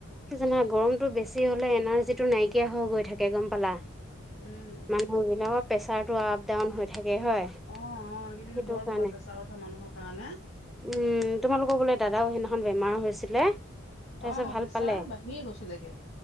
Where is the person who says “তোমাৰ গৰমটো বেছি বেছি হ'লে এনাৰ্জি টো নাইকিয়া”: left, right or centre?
Centre